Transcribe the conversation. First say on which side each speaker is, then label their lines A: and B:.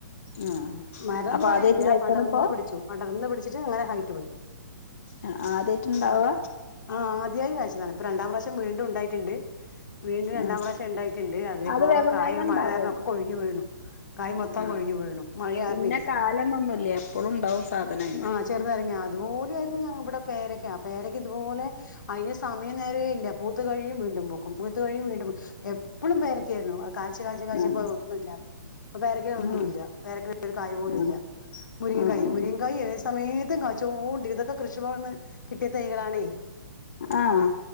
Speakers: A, on the left; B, on the left.
A: ആഹ്
B: മരംന്ന്
A: അപ്പൊ
B: പറയാനില്ല
A: ആദ്യായിട്ട് കഴിക്കണിപ്പോ
B: പടർന്ന് പിടിച്ചു പടർന്ന് പിടിച്ചിട്ട് അങ്ങനെ ഹൈറ്റ് പോയി
A: ആഹ് ആദ്യായിറ്റ്ണ്ടാവ
B: ഉം ആഹ് ആദ്യായിട്ട് കാഴ്ച്ചതാണ് ഇപ്പൊ രണ്ടാം പ്രാവശ്യം വീണ്ടുണ്ടായിറ്റ്ണ്ട് വീണ്ടും രണ്ടാം
A: ആഹ്
B: പ്രാവശ്യം ഇണ്ടായിട്ട്ണ്ട് അതിപ്പോ
A: അത് വേഗം
B: കായ
A: വേഗം ഇണ്ടാവും
B: മഴ കാരണോക്കെ കൊഴിഞ്ഞ് വീണു കായി മൊത്തം
A: ആഹ്
B: കൊഴിഞ്ഞ് വീണു മഴ കാരണെ
A: ഇന്ന കാലംന്നൊന്നുല്ല എപ്പളും ഉണ്ടാവും സാധനം അയിമ്മെ
B: ആഹ് ചേറ്നാരങ്ങാ അതുപോലായിരുന്നു ഞങ്ങ ഇവടെ പേരക്ക പേരക്ക ഇതുപോലെ അയിന് സമയം നേരോ ഇല്ല പൂത് കഴിയും വീണ്ടും പൂക്കും പൂത്ത് കഴിയും വീണ്ടും പൂ എ പ്പളും പേരക്കെയായിരുന്നു അത് കായിച്ച് കായ്ച്ച് കായ്ച്ചിപ്പോ
A: ആഹ്
B: ഒന്നുല്ലാതെയായി ഇപ്പൊ പേരക്കയൊന്നുല്ല
A: ആഹ്
B: പേരക്ക <inaudible> ഒരു കായി പോലുംല്ല
A: ആഹ്
B: മുരിങ്ങക്കായി
A: ആഹ്
B: മുരിങ്ങക്കായി ഏത് സമയേത്തും കയ്ച്ചോ ച്ചോണ്ടിരുന്ന് ഇതൊക്കെ കൃഷി ഭവൻന്ന് കിട്ടിയ തൈകളാണേ
A: ആഹ്